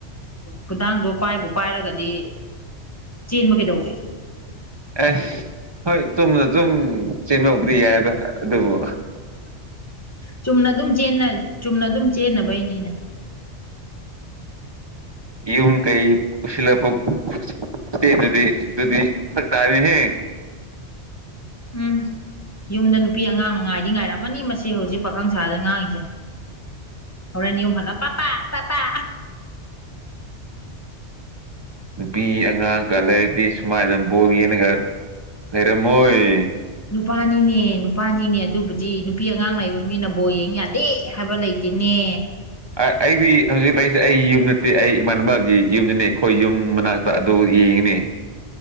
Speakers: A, on the left (about 15°); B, on the right (about 35°).
A: ꯈꯨꯗꯥꯡꯗꯣ ꯄꯥꯏꯕꯨ ꯄꯥꯏꯔꯒꯗꯤ ꯆꯦꯟꯕ ꯀꯩꯗꯧꯏ
B: ꯑꯁ ꯍꯣꯏ ꯇꯨꯝꯅꯗꯨꯨꯝ ꯆꯦꯟꯕꯕꯨꯗꯤ ꯌꯥꯏꯌꯦꯕ ꯑꯗꯨꯕꯨ
A: ꯆꯨꯝꯅ ꯑꯗꯨꯝ ꯆꯦꯟꯅ ꯆꯨꯝꯅ ꯑꯗꯨꯝ ꯆꯦꯟꯅꯕꯩꯅꯤꯅꯦ <unintelligible> <inaudible>
B: ꯌꯨꯝ ꯀꯩ ꯄꯨꯁꯤꯜꯂꯛꯄ ꯈꯨ ꯁꯤ ꯑꯗꯨꯗꯤ ꯑꯗꯨꯗꯨꯗꯤ ꯐ ꯇ ꯍꯥꯏ ꯍ
A: ꯎꯝ ꯌꯨꯝꯗ ꯅꯨꯄꯤ ꯑꯉꯥꯡꯅ ꯉꯥꯏꯗꯤ ꯉꯥꯏꯔꯝꯃꯅꯤ ꯃꯁꯤ ꯍꯧꯖꯤꯛ ꯄꯥꯈꯪ ꯁꯥꯥꯗꯅ ꯉꯥꯡꯉꯤꯁꯦ ꯍꯧꯔ ꯅꯤꯝ ꯍꯜꯂ ꯄꯄ ꯄꯄ
B: ꯅꯨꯄꯤ ꯑꯉꯥꯡꯒ ꯂꯩꯔꯗꯤ ꯁꯨꯃꯥꯏꯅ ꯕꯣꯜ ꯌꯦꯡꯉꯥꯒ ꯂꯩꯔꯝꯃꯣꯏ
A: ꯅꯨꯄꯥꯅꯤꯅꯦ ꯅꯨꯄꯥꯅꯤꯅꯦ ꯑꯗꯨꯕꯨꯗꯤ ꯅꯨꯄꯤ ꯑꯉꯥꯡ ꯂꯩꯕ ꯃꯤꯅ ꯕꯣ ꯌꯦꯡ ꯌꯥꯗꯦ ꯍꯥꯏꯕ ꯂꯩꯇ ꯇꯅꯦ
B: ꯑꯥ-ꯑꯩꯗꯤ ꯍꯧꯖꯤꯛ ꯂꯩꯔꯤꯁꯦ ꯑꯩ ꯌꯨꯝ ꯅꯠꯇꯦ ꯑꯩ ꯏꯃꯥꯟꯅꯕꯒꯤ ꯌꯨꯝꯗꯅꯦ ꯑꯩꯈꯣꯏ ꯌꯨꯝ ꯃꯅꯥꯛꯇ ꯑꯗꯨ ꯌꯦꯡꯉꯤꯅꯦ